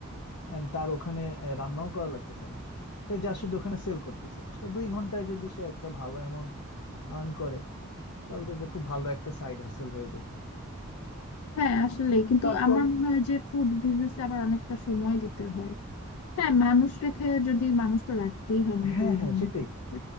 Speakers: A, on the left; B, on the left.
A: and তার ওখানে আহ, রান্নাও করা লাগতেছে না সে যা শুধু ওখানে সেল করতেছে তো দুই ঘন্টায় যদি সে একটা ভালো অ্যামাউন্ট আর্ন করে তাহলে তো এটা খুব ভালো একটা সাইড হাসেল হয়ে যায়
B: হ্যাঁ আসলে কিন্তু
A: তারপর
B: আমার মনে হয় যে ফুড বিজনেস আবার অনেকটা সময় দিতে হয় হ্যাঁ মানুষ রেখে যদি মানুষ তো রাখতেই হয় মনে
A: হ্যাঁ
B: করি এই
A: হ্যাঁ
B: ধরনের
A: সেটাই
B: বিজনেসে